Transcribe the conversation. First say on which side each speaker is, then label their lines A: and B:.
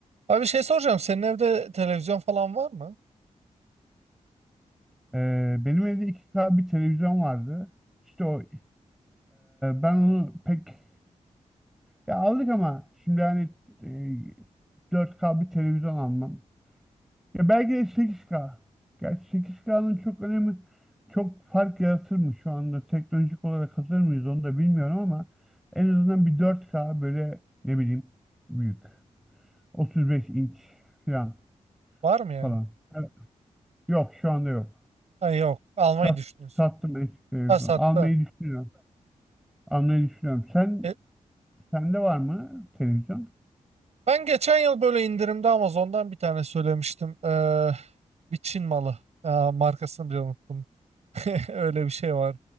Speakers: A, on the right; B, in the centre.
A: Abi bir şey soracağım. Senin evde televizyon falan var mı?
B: Ee, benim evde 2K bir televizyon vardı. İşte o e, ben onu pek ya aldık ama şimdi hani e, 4K bir televizyon almam. Ya belki de 8K. Gerçi 8K'nın çok önemi çok fark yaratır mı şu anda teknolojik olarak hazır mıyız onu da bilmiyorum ama en azından bir 4K böyle ne bileyim büyük. 35 inç falan
A: Var mı yani?
B: falan. Evet. Yok şu anda yok.
A: Ha, yok. Almayı
B: Sat,
A: düşünüyorsun.
B: sattım eski televizyonu.
A: Ha sattın.
B: Almayı düşünüyorum. almayı düşünüyorum. Sen
A: E,
B: sende var mı televizyon?
A: ben geçen yıl böyle indirimde Amazon'dan bir tane söylemiştim. Ee, bir Çin malı. Aa, markasını bile unuttum. <laughs> Öyle bir şey var.